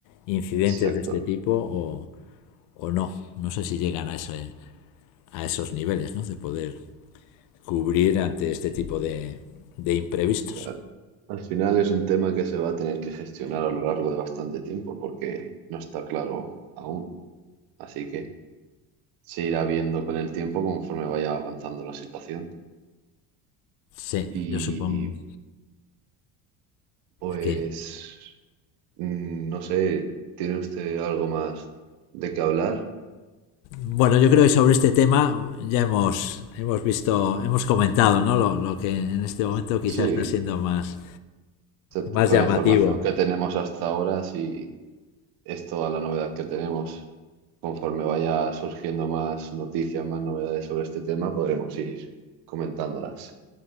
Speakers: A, on the left (about 55°); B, on the right (about 65°).
A: incidentes
B: exacto.
A: de este tipo o, o no. No sé si llegan a, ese, a esos niveles ¿no? de poder cubrir ante este tipo de, de imprevistos.
B: Mira, Al final es un tema que se va a tener que gestionar a lo largo de bastante tiempo porque no está claro aún. Así que se irá viendo con el tiempo conforme vaya avanzando la situación.
A: Sí,
B: Y
A: yo supongo
B: pues,
A: que
B: mm, no sé, ¿tiene usted algo más de qué hablar?
A: Bueno, yo creo que sobre este tema ya hemos, hemos visto, hemos comentado, ¿no? Lo, lo que en este momento quizás
B: Sí.
A: está siendo más,
B: sea,
A: más
B: con
A: llamativo.
B: la información que tenemos hasta ahora, sí es toda la novedad que tenemos. Conforme vaya surgiendo más noticias, más novedades sobre este tema, podremos ir comentándolas.